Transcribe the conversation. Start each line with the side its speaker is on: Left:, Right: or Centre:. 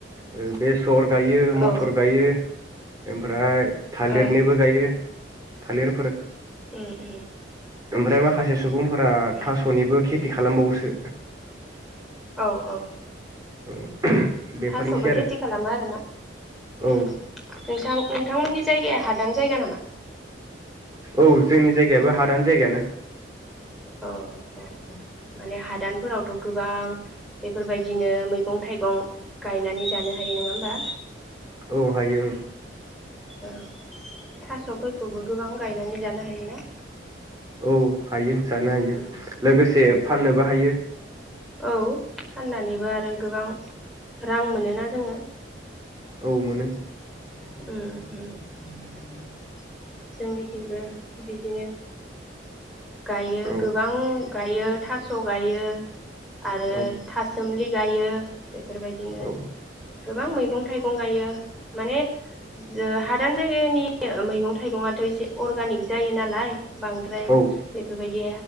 Right: ओ बेसर गायो मथर
Centre: औ
Right: गायो ओमफ्राय थालिरनिबो
Centre: औ
Right: गायो थालिरफोर
Centre: उम उम
Right: ओमफ्राय माखासे सुबुंफोरा
Centre: उम
Right: थास'निबो खित खालामबावोसो
Centre: औ औ
Right: <unintelligible> बेफोरनोसै
Centre: थास'बो
Right: आरो
Centre: खेथि खालामो आरोना
Right: औ
Centre: नोंसां नोंथांमोननि जायगाया हादान जायगा नामा
Right: औ जोंनि जायगायाबो हादान जायगायानो
Centre: अ ओ ओ माने हादानफोरावथ गोबां बेफोरबायदिनो मैगं थाइगं गायनानै जानो हायो नोङा होमबा
Right: औ हायो ओं
Centre: ओ थास'फोरखौबो गोबां गायनानै जानो हायोना
Right: औ हायो जानो हायो
Centre: उम
Right: लोगोसे
Centre: उम उम
Right: फाननोबो हायो
Centre: औ फाननानैबो आरो गोबां रां मोनोना जोङो
Right: औ मोनो
Centre: ओम उम जोंनिखैबो बिदिनो गायो
Right: औ
Centre: गोबां गायो थास गायो आरो
Right: औ
Centre: थासोमलि जायो बेफोरबायदिनो
Right: औ
Centre: गोबां मै मैगं थाइगं गायो माने ओ हादान जायगानि <inaudible> मैगं थाइगंआथ एसे अर्गानिक जायो नालाय बांद्राय
Right: औ
Centre: बेफोरबायदि